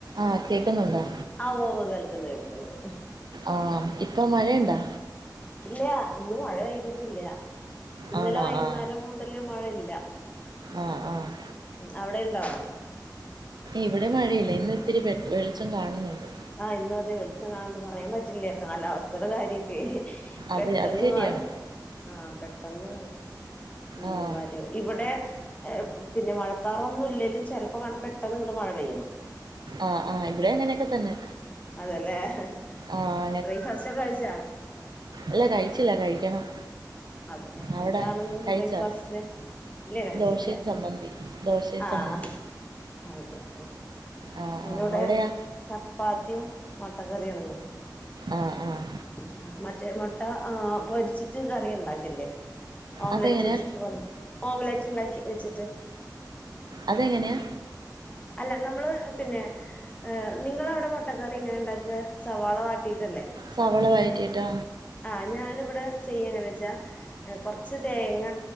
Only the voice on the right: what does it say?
ആഹ് കേക്കുന്നുണ്ടോ
ആഹ് ഇപ്പൊ മഴയുണ്ടാ?
ആണോ
ആഹ്
ആഹ് ആഹ്
ഇവിടെ മഴയില്ല ഇന്ന് ഇത്തിരി വെട് വെളിച്ചം കാണുന്നുണ്ട്.
അത്
അത് ശരിയാണ്
ആഹ്
ആഹ് ആഹ് ഇവിടെ അങ്ങനെയൊക്കെ തന്നെ
ആഹ്
ഇല്ല കഴിച്ചില്ല കഴിക്കണം.
അവിടെ
കഴിച്ചോ
ദോശയും ചമ്മന്തി ദോശയും
ചമ്മന്തി
ആഹ്
ആഹ് അവിടെയാ
ആഹ് ആഹ്
അതെങ്ങനെയാ
അതെങ്ങനെയാ?
സവള വഴറ്റിട്ട്